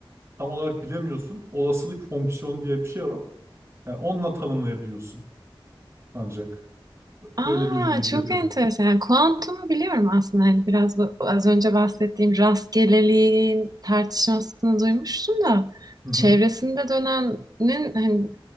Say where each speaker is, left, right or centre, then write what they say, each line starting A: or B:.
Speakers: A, on the right (about 25°); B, on the right (about 45°).
A: tam olarak bilemiyorsun. Olasılık fonksiyonu diye bir şey var. Yani onunla tanımlayabiliyorsun ancak.
B: Aa,
A: Öyle bir yenilik
B: çok
A: getirdim.
B: enteresan. Yani kuantumu biliyorum aslında. Hani biraz bu, az önce bahsettiğim rastgeleliğin tartışmasını duymuştum da
A: Hı hı.
B: çevresinde dönenin hani,